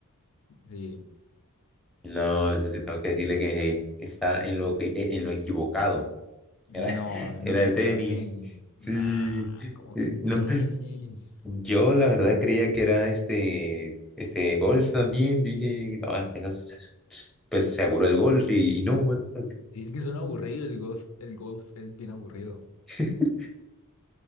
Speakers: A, on the left (about 70°); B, in the centre.
A: Sí.
B: No, eso sí tengo que decirle que eh, está en lo, que- eh, en lo equivocado.
A: No,
B: Era, <laughs>
A: no
B: era
A: me
B: de
A: voy a
B: tenis.
A: quedar tenis.
B: Sí.
A: Nah, como
B: Eh,
A: que tenis.
B: No, Yo la verdad creía que era este, este golf también. Dije, no, este es- es- pues seguro es golf y, y no, what the fuck.
A: Sí, es que suena aburrido el golf. El golf es bien aburrido.
B: <laughs>